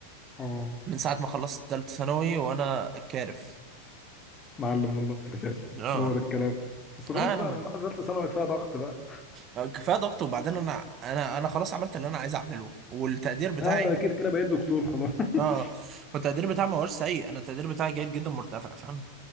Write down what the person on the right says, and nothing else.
من ساعه ما خلصت ثالثه ثانوي وانا كارف
اه
آه،
انا ب...
كفايه ضغط وبعدين انا انا انا خلاص عملت اللي انا عايز اعمله والتقدير بتاعي
اه والتقدير بتاعي ما هوش سيء انا التقدير بتاعي جيد جدا مرتفع فاهم